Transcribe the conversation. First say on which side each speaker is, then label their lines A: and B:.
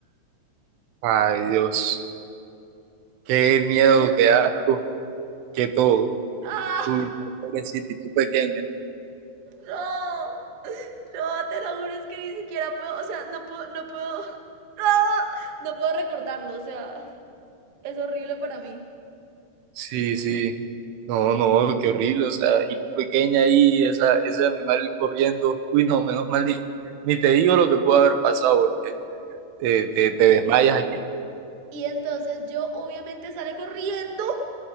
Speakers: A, on the right; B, on the right.
A: Ay, Dios. Qué miedo, qué asco, qué todo.
B: ¡Ah!
A: Uy, no, pobrecita, y tú pequeña.
B: No, no, te lo juro, es que ni siquiera puedo, o sea, no puedo, no puedo, no, no puedo recordarlo, o sea, es horrible para mí.
A: Sí, sí. No, no, qué horrible, o sea, y tú pequeña ahí, esa, ese animal corriendo. Uy, no, menos mal, ni, ni te digo lo que pudo haber pasado, porque eh, te, te desmayas aquí.
B: Y entonces yo obviamente sale corriendo,